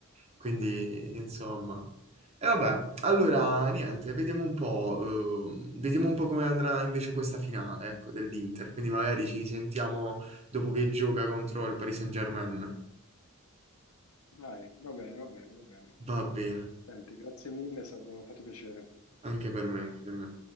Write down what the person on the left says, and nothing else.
dai, va bene, va bene, va bene.
Senti, grazie mille, è stato, fatto piacere.